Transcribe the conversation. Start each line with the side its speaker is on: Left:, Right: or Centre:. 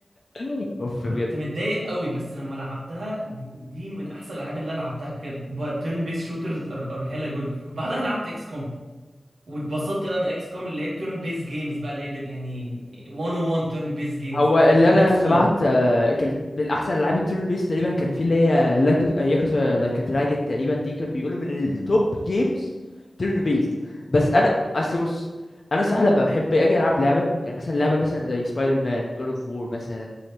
Left: <laughs> اوف
Right: كنت
Left: بجد
Right: متضايق قوي بس لما لعبتها دي من احسن الالعاب اللي أنا لعبتها بجد تيرن بيس شوترز ار هيلا جود وبعدها لعبت اكس كوم واتبسطت بقى من اكس كوم اللي هي تيرن بيس جيمز بقى اللي هي بت- يعني 101 تيرن بيس جيمز
Left: هو اللي
Right: كانت
Left: انا
Right: اكس
Left: سمعت
Right: كوم
Left: آه، كانت من احسن العاب التيرن بيس تقريبا كان في اللي هي ياكوزا لايك دراجون تقريبا دي كانوا بيقولوا من التوب جيمز تيرن بيست بس انا اصل بص انا صح لما بحب اجي العب لعبه يعني مثلا لعبه مثلا زي سبايدر مان جود اوف وور مثلا